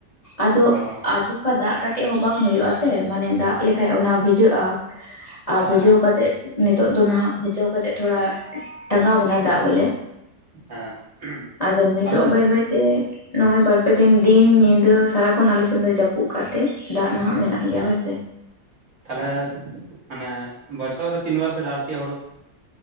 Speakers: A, on the left (about 30°); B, on the right (about 60°).
A: ᱟᱫᱚ
B: ᱚ
A: ᱚᱡᱚᱠᱟ ᱫᱟᱜ ᱠᱟᱛᱮᱜ ᱦᱚᱸ ᱵᱟᱝ ᱦᱩᱭᱩᱜ ᱟᱥᱮ ᱢᱟᱱᱮ ᱫᱟᱜ ᱞᱮᱠᱷᱟᱡ ᱚᱱᱟ ᱵᱷᱤᱡᱟᱹᱜ-ᱟ᱾ ᱟᱨ
B: ᱦᱮᱸ
A: ᱵᱷᱤᱡᱟᱹᱣ ᱠᱟᱛᱮ ᱱᱤᱛᱚᱜ ᱫᱚ ᱱᱟᱦᱟᱜ ᱵᱷᱤᱡᱟᱹᱣ ᱠᱟᱛᱮ ᱛᱷᱚᱲᱟ ᱴᱟᱸᱜᱟᱣ ᱠᱟᱱᱟ ᱫᱟᱜ᱾ ᱵᱚᱞᱮ
B: ᱦᱮᱸ
A: ᱟᱫᱚ ᱱᱤᱛᱚᱜ
B: ᱛᱟᱦᱚᱞᱮ
A: ᱵᱟᱹᱭ ᱵᱟᱹᱭ ᱛᱮ ᱱᱚᱜ-ᱚᱭ ᱵᱟᱨᱯᱮ ᱫᱤᱱ ᱫᱤᱱ ᱧᱤᱫᱟᱹ ᱥᱟᱨᱟᱠᱷᱚᱱ ᱟᱞᱮᱥᱮᱫ ᱫᱚ ᱡᱟᱹᱯᱩᱫ ᱠᱟᱜᱛᱮ ᱫᱟᱜ ᱱᱟᱦᱟᱜ ᱢᱮᱱᱟᱜ
B: ᱟᱪᱪᱷᱟ
A: ᱜᱮᱭᱟ ᱦᱳᱭᱥᱮ
B: ᱛᱟᱦᱚᱞᱮ ᱢᱟᱱᱮ ᱵᱚᱪᱷᱚᱨ ᱨᱮ ᱛᱤᱱ ᱵᱟᱨ ᱯᱮ ᱪᱟᱥ ᱜᱮᱭᱟ ᱦᱩᱲᱩ᱾